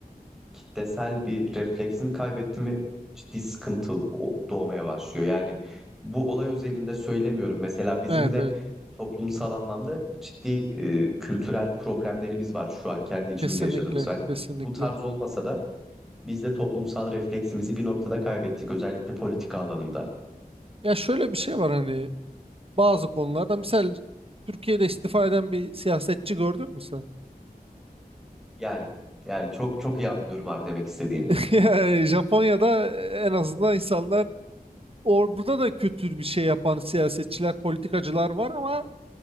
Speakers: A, in the centre; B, on the right (about 35°).
A: kitlesel bir refleksini kaybetti mi ciddi sıkıntı o- doğmaya başlıyor. Yani bu olay özelinde söylemiyorum. Mesela bizim
B: Evet
A: de
B: evet
A: toplumsal anlamda ciddi e, kültürel problemlerimiz var şu an kendi içimizde
B: kesinlikle
A: yaşadığımız. Hani
B: kesinlikle.
A: bu tarz olmasa da Biz de toplumsal refleksimizi bir noktada kaybettik özellikle politika alanında.
B: Ya şöyle bir şey var hani bazı konularda misal Türkiye'de istifa eden bir siyasetçi gördün mü sen?
A: Yani yani çok çok iyi anlıyorum abi demek istediğini.
B: <laughs> Yani Japonya'da en azından insanlar or burada da kötü bir şey yapan siyasetçiler, politikacılar var ama